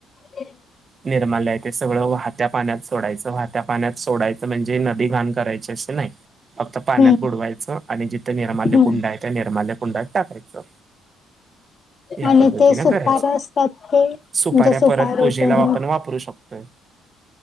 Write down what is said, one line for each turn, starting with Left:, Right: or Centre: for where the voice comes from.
Left: <inaudible>
Right: निर्माल आहे ते सगळं वाहत्या पाण्यात सोडायचं. वाहत्या पाण्यात सोडायचं म्हणजे नदी घाण करायची असे नाही. फक्त पाण्यात
Left: हम्म
Right: बुडवायचं आणि जिथं निर्माल्य
Left: हम्म
Right: कुंड आहे त्या निर्माल्या कुंडात टाकायचं. या
Left: आणि
Right: पद्धतीने
Left: ते सुपार
Right: करायचं.
Left: असतात ते
Right: सुपाऱ्या
Left: म्हणजे सुपारी
Right: परत पूजेला
Left: ते हम्म
Right: आपण वापरू शकतो